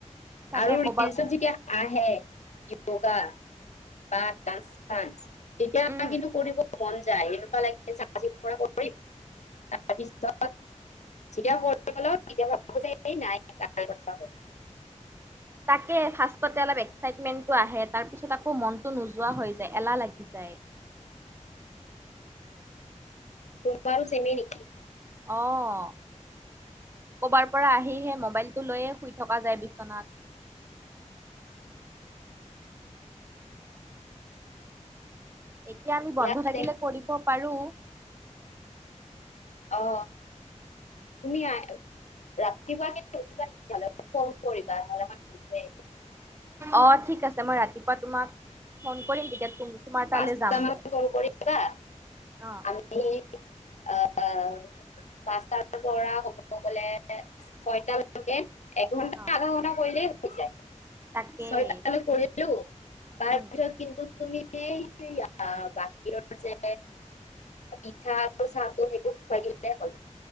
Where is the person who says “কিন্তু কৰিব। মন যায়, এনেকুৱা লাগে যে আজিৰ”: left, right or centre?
Left